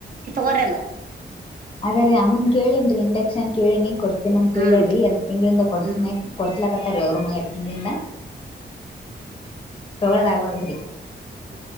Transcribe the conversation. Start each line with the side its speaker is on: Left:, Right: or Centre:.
Right: ತಗರಲ್ಲ
Left: ಅದ್ರೀ ಅಮ್ಮನ್ ಕೇಳನ್ರಿ ಇಂಡಕ್ಷನ್ ಕೇಳಿ ನೀ ಕೊಡ್ತಿ ಮತ್ತ ನನ್ ಕೇಳ್ಯ್ರರಿ
Right: ಹ್ಮ್
Left: ಎರಡ್ ತಿಂಗಳಿಂದ ಕೊಡ್ಸನ
Right: ಹ್ಮ್
Left: ಕೊಡ್ಸ್ಲಕತ್ತಾರೀ ಅವರುನು ಎರಡ್ ತಿಂಗಳಿಂದ ತೊಗಳೋದಾಗಲ್ರಿ
Right: ಹ